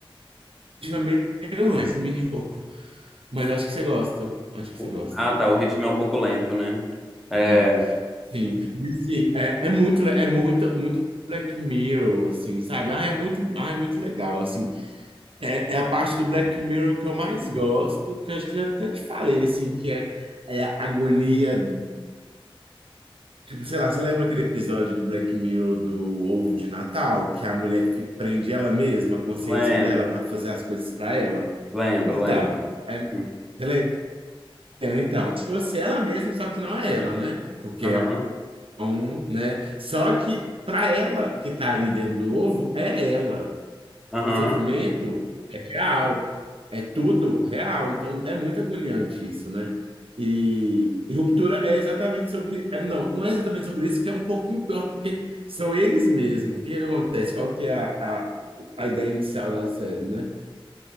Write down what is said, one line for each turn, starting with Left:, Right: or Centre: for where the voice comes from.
Right: é meio lento, meio louco. Mas acho que você gosta. Acho que
Centre: O-
Right: você gosta.
Centre: Ah, tá, o ritmo é um pouco lento, né? É,
Right: É. Sim, mas, assim, é, é muito, le- é muito, muito Black Mirror, assim, sabe? Ah, é muito, ah, é muito legal, assim. É, é a parte do Black Mirror que eu mais gosto, que eu acho que eu até te falei, assim, que é, é a agonia, tipo, sei lá, você lembra aquele episódio do Black Mirror do Ovo de Natal, que a mulher fi- prende ela mesma, a consciência
Centre: lembro,
Right: dela, para fazer as coisas para ela?
Centre: lembro,
Right: Então,
Centre: lembro.
Right: é,
Centre: Hum,
Right: ela é- então, se fosse ela mesma, só que não é ela, né? Porque
Centre: Aham,
Right: é Então, né? Só que para ela que está ali dentro do ovo, é ela.
Centre: aham,
Right: O sofrimento é real, é tudo real. Então é muito agoniante isso, né? E, e Ruptura é exatamente sobre, é, não, não é exatamente sobre isso, que é um pouquinho pior, porque são eles mesmos. O que que acontece? Qual que é a, a, a ideia inicial da série, né?